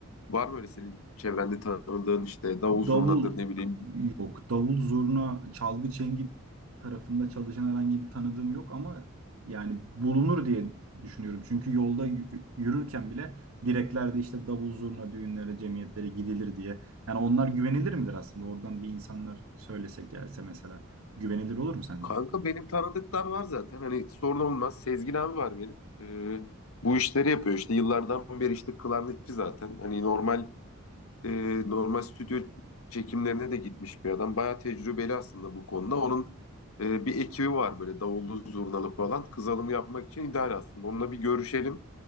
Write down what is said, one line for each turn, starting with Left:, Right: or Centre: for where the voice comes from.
Left: var mı öyle senin çevrende tanıdığın işte davul zurnadır
Right: Davul
Left: ne bileyim
Right: yok. Davul zurna, çalgı çengi tarafında çalışan herhangi bir tanıdığım yok ama yani bulunur diye düşünüyorum. Çünkü yolda y- yürürken bile direklerde işte davul zurna düğünlere, cemiyetlere gidilir diye. Yani onlar güvenilir midir aslında? Oradan bir insanlar söylesek gelse mesela güvenilir olur mu sence?
Left: Kanka benim tanıdıklar var zaten. Hani sorun olmaz. Sezgin abi var benim. Ee, bu işleri yapıyor işte. Yıllardan beri işte klarnetçi zaten. Hani normal e, normal stüdyo çekimlerine de gitmiş bir adam. Bayağı tecrübeli aslında bu konuda. Onun e, bir ekibi var böyle davullu zurnalı falan. Kız alımı yapmak için ideal aslında. Onunla bir görüşelim.